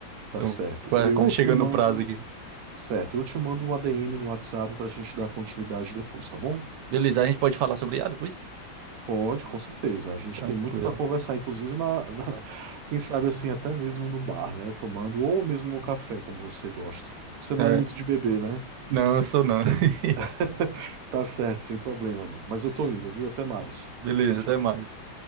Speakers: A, on the right; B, on the right.
A: Tá
B: Então,
A: certo.
B: quase,
A: Eu
B: quase
A: te
B: chegando
A: mando.
B: no prazo aqui.
A: Certo, eu te mando um ADM no WhatsApp para a gente dar continuidade depois, tá bom?
B: Beleza, a gente pode falar sobre IA depois?
A: Pode, com certeza. A gente
B: Tranquilo.
A: tem muito para conversar, inclusive na, na- <laughs> quem sabe assim, até mesmo no bar, né? Tomando ou mesmo no café, como você gosta. Você não
B: É,
A: é muito de beber, né?
B: não, eu sou não. <laughs>
A: <laughs> Tá certo, sem problema, amigo. Mas eu tô indo, viu? Até mais.
B: Beleza,
A: Tchau, tchau.
B: até mais.